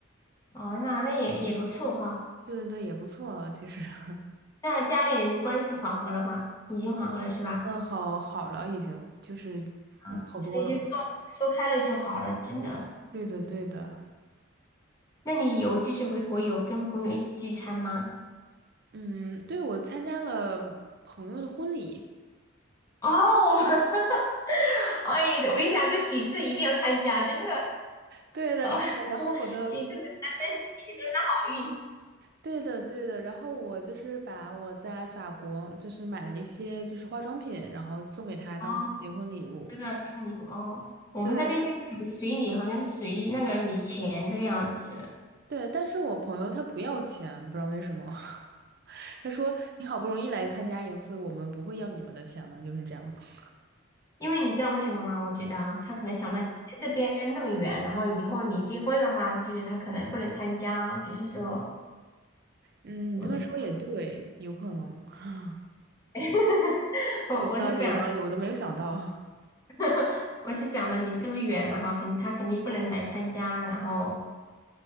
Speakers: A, on the left; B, on the right.
A: 哦，那那也也不错哈。
B: 对对对，也不错了，其实，<laughs>
A: 那家里人关系缓和了吗？已经缓和了是吧？
B: 嗯，好好了，已经就是嗯好多了。
A: 啊，所以就说说开了就好了，真的。
B: 对的，对的，
A: 那你有就是回国有跟朋友一起聚餐吗？
B: 嗯，对，我参加了朋友的婚礼。
A: 哦，<laughs> 哎，我跟你讲，这喜事一定要参加，真的，
B: 对的，是的。
A: <laughs>
B: 然后我的，
A: 给自己沾沾喜，沾沾好运。
B: 对的，对的。然后我就是把我在法国就是买了一些就是化妆品，然后送给他当做结婚礼物。
A: 哦，这个地方你哦，我们那边就是随礼，
B: 对
A: 好像是随那个礼钱这个样子。
B: 对，但是我朋友他不要钱，不知道为什么。<laughs> 他说你好不容易来参加一次，我们不会要你们的钱的，就是这样子。<laughs>
A: 因为你知道为什么吗？我觉得啊，他可能想到你在这边那么远，然后以后你结婚的话，就是他可能不能参加，就是说，
B: 嗯，你这么说也对，
A: 我觉得
B: 有可能，<laughs>
A: <laughs>
B: <sighs>
A: 我我是这样。
B: 有道理，有道理，我都没有想到。
A: <laughs> 我是想的，离这么远，然后肯定他肯定不能来参加，然后